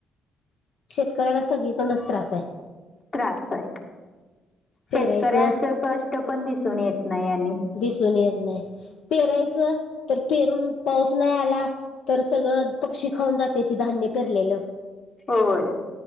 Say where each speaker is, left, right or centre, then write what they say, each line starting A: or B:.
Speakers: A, on the left; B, on the left.
A: शेतकऱ्याला सगळीकडच त्रास आहे
B: त्रास आहे
A: पेरायचं
B: शेतकऱ्याच कष्ट पण दिसून येत नाही आणि
A: दिसून यच नाही पेरायचं तर पेरून पाऊस नाही आला तर सगळं पक्षी खाऊन जाते ते धान्य पेरलेलं
B: होय